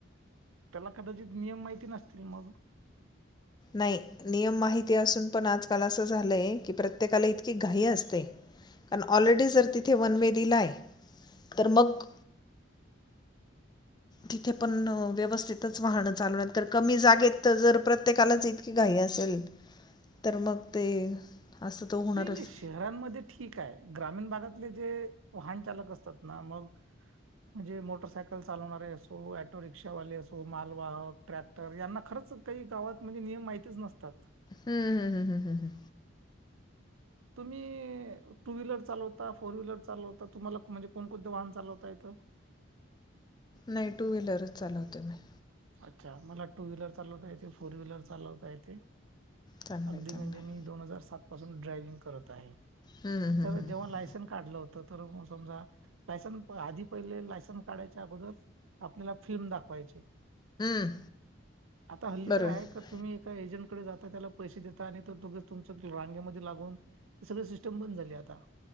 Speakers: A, on the right; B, on the left.
A: त्याला कदाचित नियम माहिती नसतील मग
B: नाही नियम माहिती असून पण आजकाल असं झालंय की प्रत्येकाला इतकी घाई असते कारण ऑलरेडी जर तिथे वनवेे दीला आहे तर मग तिथे पण व्यवस्थितच वाहनं चालव कमी जागेत तर जर प्रत्येकालाच इतकी घ असेल तर मग ते असं तर होणारच
A: नाही नाही शहरांमध्ये ठीक आहे ग्रामीण भागात जे वाहन चालक असतात ना मग म्हणजे मोटरसायकल चालवणारे असो टो रिक्षावाले असो मालवाहक ट्रॅक्टर यांना खंच काही गावात म्हणजे नियम माहितच नसतात <inaudible>
B: हम्म हम्म हम्म हम् हम्म
A: तुम्ही टू व्हीलर चालवता फोर व्हीलर चालवता तुम्हाला म्हणजे कोणकोणते वाहन चालवता य हो
B: नाही टू व्हीलरच चालवते मी
A: अच्छा मला टू व्हीलर चालवता येते फोर व्हीलर चालवता येते
B: चांगलं
A: अगदी
B: आहे चांगलं
A: म्हणजे
B: आहे
A: मी दोन हजार सात पासून ड्रायविंग करत आहे
B: हं हं हं
A: तर जेव्हा
B: हं
A: लायसन काढलं होत तर समजा लायसन आधी पहिले लायसन काढायच्या अगोदर आपल्याला फिल्म दाखवायची
B: हं.
A: आता हल्ली
B: बरोबर.
A: काय आहे का तुम्ही एका एजंट डे जात त्याला पैसे देतात आणि तुमच रांग्यामध्ये लागून ते सगळे सिस्टम बंद झाली आता